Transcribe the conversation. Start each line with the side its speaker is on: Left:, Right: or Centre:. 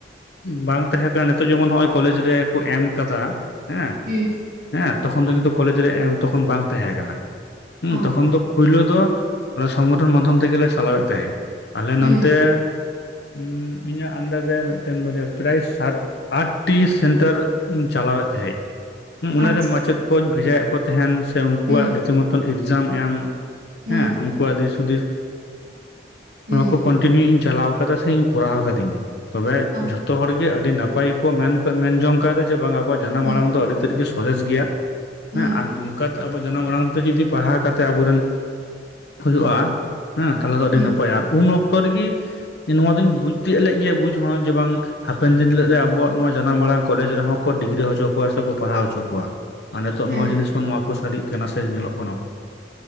Left: ᱩᱸ ᱵᱟᱝ ᱛᱟᱦᱮᱸ ᱠᱟ ᱱᱤᱛᱚᱜ ᱡᱮᱢᱚᱱ ᱦᱚᱼᱚᱭ ᱠᱚᱞᱮᱡᱽ ᱨᱮ ᱠᱚ ᱮᱢ ᱠᱟᱫᱟ, ᱦᱮᱸ᱾
Right: ᱩᱸ᱾
Left: ᱦᱮᱸ ᱛᱚᱠᱷᱚᱱ ᱫᱚ ᱠᱤᱱᱛᱩ ᱠᱚᱞᱮᱡᱽ ᱨᱮ ᱮᱢ ᱛᱚᱠᱷᱚᱱ ᱵᱟᱝ ᱛᱟᱦᱮᱸ ᱠᱟᱱᱟ, ᱦᱩᱸ
Right: ᱚ
Left: ᱛᱚᱠᱷᱚᱱ ᱫᱚ ᱯᱳᱭᱞᱳ ᱫᱚ ᱥᱚᱝᱜᱚᱴᱷᱚᱱ ᱢᱟᱫᱽᱫᱷᱚᱢ ᱛᱮᱜᱮ ᱞᱮ ᱥᱟᱞᱟᱣᱮᱜ ᱛᱟᱦᱮᱸ, ᱟᱞᱮ
Right: ᱦᱩᱸ
Left: ᱱᱚᱱᱛᱮ ᱩᱸᱻ ᱤᱧᱟᱹᱜ ᱟᱱᱰᱟᱨ ᱨᱮ ᱢᱤᱜᱴᱮᱱ ᱵᱟᱨᱭᱟ ᱯᱨᱟᱭ ᱥᱟᱛ ᱟᱴᱴᱤ ᱥᱮᱱᱴᱟᱨ ᱤᱧ ᱪᱟᱞᱟᱣᱮᱜ ᱛᱟᱦᱮᱸᱜ᱾ ᱩᱸ ᱚᱱᱟᱨᱮ
Right: ᱟᱪᱪᱷᱟ
Left: ᱢᱟᱪᱮᱫ ᱠᱚᱧ ᱵᱷᱮᱡᱟᱭᱮᱜ ᱠᱚ ᱛᱟᱦᱮᱸᱱ, ᱥᱮ ᱩᱱᱠᱩᱣᱟᱜ
Right: ᱦᱩᱸ
Left: ᱨᱤᱛᱤ ᱢᱚᱛᱚᱱ ᱤᱠᱡᱟᱢ ᱮᱢ
Right: ᱦᱩᱸ
Left: ᱦᱮᱸ, ᱩᱱᱠᱩᱣᱟᱜ ᱫᱤᱥ ᱦᱩᱫᱤᱥ
Right: ᱦᱩᱸ
Left: ᱱᱚᱣᱟ ᱠᱚ ᱠᱚᱱ ᱴᱤᱱᱤᱭᱩ ᱤᱧ ᱪᱟᱞᱟᱣ ᱟᱠᱟᱫᱟ ᱥᱮᱧ ᱠᱚᱨᱟᱣ ᱠᱟᱫᱤᱧ ᱛᱚᱵᱮ
Right: ᱚ
Left: ᱡᱷᱚᱛᱚ ᱦᱚᱲ ᱜᱮ ᱟᱹᱰᱤ ᱱᱟᱯᱟᱭ ᱜᱮ ᱠᱚ ᱢᱮᱱ ᱛᱮ ᱢᱮᱱ ᱡᱚᱝ ᱠᱟᱫᱟ ᱡᱮ ᱵᱟᱝ ᱟᱵᱚᱣᱟᱜ ᱡᱟᱱᱟᱢ
Right: ᱦᱩᱸ
Left: ᱟᱲᱟᱝ ᱫᱚ ᱟᱹᱰᱤ ᱛᱮᱫ ᱜᱮ ᱥᱚᱨᱮᱥ ᱜᱮᱭᱟ,
Right: ᱦᱩᱸ
Left: ᱦᱮᱸ ᱟ ᱱᱤ ᱠᱟᱛ ᱟᱵᱚ ᱡᱟᱱᱟᱢ ᱟᱲᱟᱝ ᱛᱮ ᱡᱩᱫᱤ ᱯᱟᱲᱦᱟᱣ ᱠᱟᱛᱮᱜ ᱟᱵᱚᱨᱮᱱ ᱠᱩ ᱦᱩᱭᱩᱜᱼᱟ᱾ ᱦᱮᱸ ᱛᱟᱦᱚᱞᱮ ᱫᱚ ᱟᱹᱰᱤ
Right: ᱦᱩᱸ
Left: ᱱᱟᱯᱟᱭᱟ ᱟᱨ ᱩᱱ ᱚᱠᱛᱚ ᱨᱤᱜᱤ ᱱᱚᱣᱟ ᱫᱚᱧ ᱵᱩᱡ ᱛᱤᱭᱟᱹᱜ ᱞᱮᱜ ᱜᱮᱭᱟ ᱵᱩᱡ ᱦᱚᱸ ᱡᱮ ᱵᱟᱝ ᱦᱟᱯᱮᱱ ᱫᱤᱱ ᱦᱤᱞᱟᱜ ᱨᱮ ᱟᱵᱚᱣᱟᱜ ᱱᱚᱣᱟ ᱡᱟᱱᱟᱢ ᱟᱲᱟᱝ ᱠᱚᱞᱮᱡᱽ ᱨᱮᱦᱚᱸ ᱠᱚ ᱰᱤᱜᱽᱨᱤ ᱦᱚᱪᱚ ᱠᱚᱣᱟ, ᱥᱮ ᱠᱚ ᱯᱟᱲᱦᱟᱣ ᱚᱪᱚ ᱠᱚᱣᱟ, ᱟ ᱱᱮᱛᱚᱜ
Right: ᱦᱮᱸ
Left: ᱱᱚᱣᱟ ᱡᱤᱱᱤᱥ ᱦᱚᱸ ᱱᱚᱣᱟ ᱠᱚ ᱥᱟᱹᱨᱤᱜ ᱠᱟᱱᱟ ᱥᱮ ᱧᱮᱞᱚᱜ ᱠᱟᱱᱟ᱾